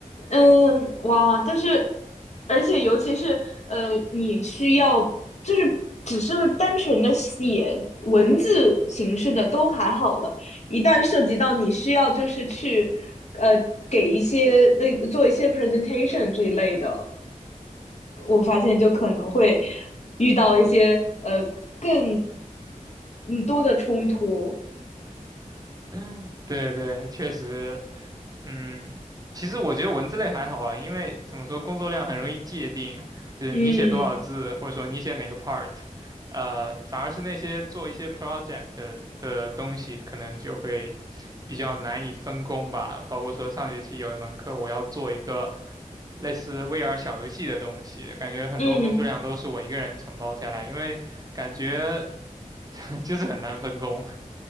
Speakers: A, on the left; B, on the right.
A: 嗯，哇，但是，而且尤其是，呃，你需要就是只是单纯的写文字形式的都还好了，一旦涉及到你需要就是去，呃，给一些那做一些 presentation 这一类的，我发现就可能会遇到一些呃更嗯多的冲突，
B: <laughs> 对对，确实，嗯，其实我觉得文字类还好啊，因为怎么说，工作量很容易界定，就是你写多少字，
A: 嗯
B: 或者说你写哪个 part，呃，反而是那些做一些 project 的的东西，可能就会比较难以分工吧。包括说上学期有一门课，我要做一个类似 VR 小游戏的东西，感觉很多工作量都是我一个人承包下来，
A: 嗯。
B: 因为感觉 <laughs> 就是很难分工。